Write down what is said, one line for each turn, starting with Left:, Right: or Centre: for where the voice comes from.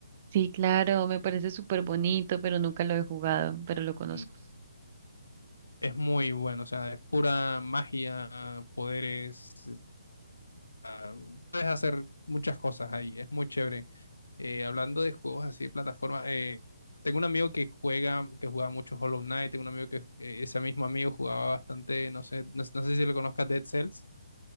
Right: Sí, claro, me parece súper bonito, pero nunca lo he jugado, pero lo conozco.
Left: Mm, Es muy bueno, o sea, es pura magia, poderes, Ah, Puedes hacer muchas cosas ahí, es muy chévere. Eh, hablando de juegos así de plataforma, eh, tengo un amigo que juega, que jugaba mucho Hollow Knight, tengo un amigo que eh, ese mismo amigo jugaba bastante, no sé, no, no sé si lo conozcas, Dead Cells.